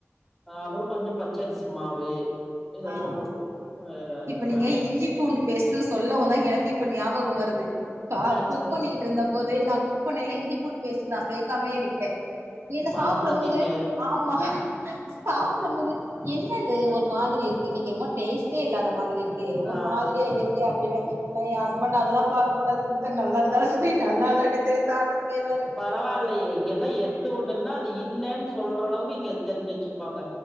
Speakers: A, in the centre; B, on the right.
A: அ அப்புறோ கொஞ்சு பச்சரிசி மாவு இதெல்லா
B: ஆ
A: போட்டு ஆ
B: இப்ப
A: ப
B: நீங்க இஞ்சி பூண்டு பேஸ் ட்டுனு சொல்லவு தா எனக்கு இப்ப ஞாபக வருது த
A: என்னாச்சுங்க
B: அ குக் பண்ணிக்கிட்டுருந்த போதே நா குக் க் பண்ணையில இஞ்சி பூண் பேஸ்டு நா சேக்காமையே விட்டுடே என்ன
A: மறந்துட்டீங்க
B: சாப்படம் போது ஆமா சாப்புடும் போது என்னது ஒரு மாதிரி இருக்கு இன்னைக் என்மோ டேஸ்ட்டே இல்லாத மாதிரி இரு க்கே ஒரு
A: ஆ
B: மாதிரியா இருக்கே அப்டின்னு ஆனா எ ஹஸ்பண்ட் அதெல்லா பாக்க மாட்டாரு குடு த்தா நல்லா இருந்தாலு செரி நல்லால்லாட்டி செரி சாப்டுட்டு போய்ருவாரு
A: பரவாயில்லயே இங்கெல்லா எது ஒண்ணுனா அது இல்லன் சொல்றளவுக்கு இங்க தெரிஞ்சு வெச்சுப்பாங்க